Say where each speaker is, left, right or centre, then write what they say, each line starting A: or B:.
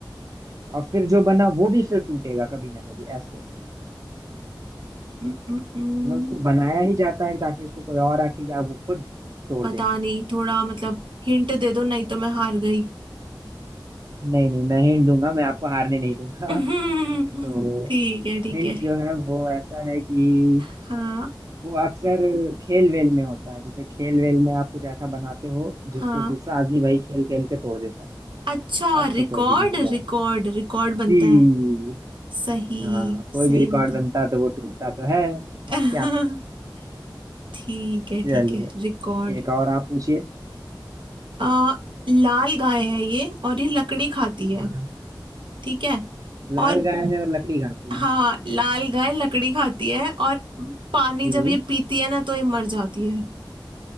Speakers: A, on the right; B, on the right.
A: और फिर जो बना वो भी फिर टूटेगा कभी ना कभी ऐसे
B: उम, उम, उम,
A: मतलब उसको बनाया ही जाता है ताकि उसको कोई और आके या वो खुद तोड़
B: पता
A: दे
B: नहीं थोड़ा मतलब हिंट दे दो नहीं तो मैं हार गई
A: नहीं नहीं मैं हिंट दूंगा मैं आपको हारने नहीं दूंगा
B: <laughs>
A: <laughs> तो
B: ठीक है ठीक
A: हिंट
B: है
A: जो है वो ऐसा है कि
B: हाँ
A: वो अक्सर खेल वेल में होता है जैसे खेल वेल में आप कुछ ऐसा बनाते हो जिसको
B: हाँ
A: दूसरा आदमी वही खेल खेल के तोड़ देता है
B: अच्छा
A: अब
B: रिकॉर्ड
A: तो कोई भी जान जाए
B: रिकॉर्ड रिकॉर्ड बनता
A: जी
B: है सही
A: हाँ
B: सही
A: कोई भी रिकॉर्ड
B: बता
A: बनता तो वो टूटता तो है
B: <laughs>
A: क्या
B: ठीक है
A: चलिए
B: ठीक है रिकॉर्ड
A: एक और आप पूछिए
B: आ लाल गाय है ये और ये लकड़ी खाती है
A: हाँ
B: ठीक है
A: लाल
B: और
A: गाय है और लकड़ी घर पे है।
B: हाँ लाल गाय लकड़ी खाती है और पानी
A: जी
B: जब ये पीती है ना तो ये मर जाती है